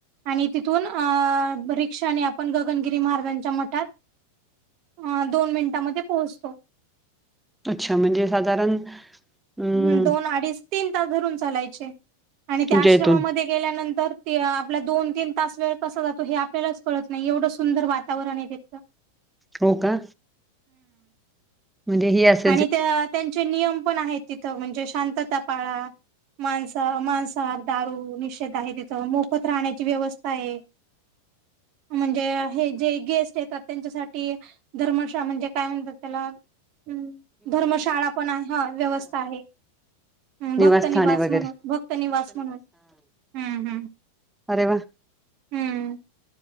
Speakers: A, on the right (about 40°); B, in the centre.
A: आणि तिथून अ रिक्षाने आपण गगनगिरी महाराजांच्या मठात अ दोन मिनिटामध्ये पोहोचतो.
B: अच्छा म्हणजे साधारण अम
A: ह् दोन अडीच तीन तास धरून चालायचे आणि
B: तुमच्या
A: त्या आश्रमामध्ये
B: इथून
A: गेल्यानंतर ते आपला दोन तीन तास वेळ कसा जातो हे आपल्यालाच कळत नाही एवढं सुंदर वातावरण आहे तितलं.
B: हो का म्हणजे ह अस
A: आणि त्या त्यांचे नियम पण आहेत तिथं म्हणजे शांतता पाळा. माणसा मांसाहार दारू निषेध आहे तिथं मोफत राहण्याची व्यवस्था आहे.
B: <unintelligible>
A: म्हणजे हे जे गेस्ट येतात त्यांच्यासाठी धर्मशा म्हणजे काय म्हणतात त्याला. हम्म धर्मशाळा पण आहे हा व्यवस्था आहे. हम्
B: निवासस्थान
A: भक्त निवास
B: आहे वगैरे
A: म्हणून भक्त निवास म्हणून हम्म हम्.
B: अरे वा.
A: हम्म